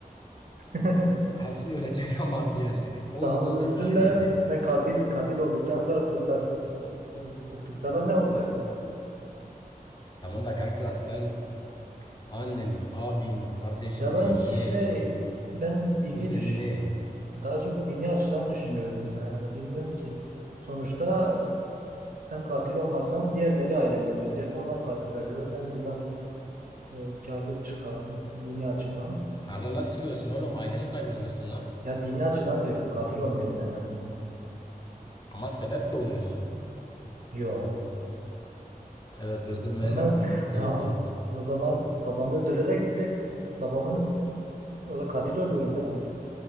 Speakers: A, on the right; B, on the left.
A: <laughs>
B: Hepsi ölecek <laughs> ama diğerleri. On
A: Tamam
B: on
A: ölsünler.
B: beş kişi ölecek.
A: Ben katil katil olduktan sonra kurtars kurtulsalar ne olacak?
B: Tamam da kanka sen anneni, abini, kardeşini,
A: Ya ben şey
B: yeğenini,
A: ben dini
B: kuzenini.
A: düşün daha çok dini açıdan düşünürdüm ya. Yani bilmiyorum ki. Sonuçta ben katil olmasam diğerleri ailemi öldürecek. Onlar katil oluyor. Ben buradan e, karlı çıkarım dini açıdan.
B: Karla nasıl çıkıyorsun oğlum? Aileni kaybediyorsun lan.
A: Ya dini açıdan diyorum. Katil olmuyorum en azından.
B: Ama sebep de oluyorsun.
A: Yo.
B: Evet öldürmeyerek
A: <laughs> Nasıl?
B: onların sebebi
A: Tamam.
B: de oluyorsun.
A: O zaman babamı öldürerek direkt babamın o da katil oluyorum ben.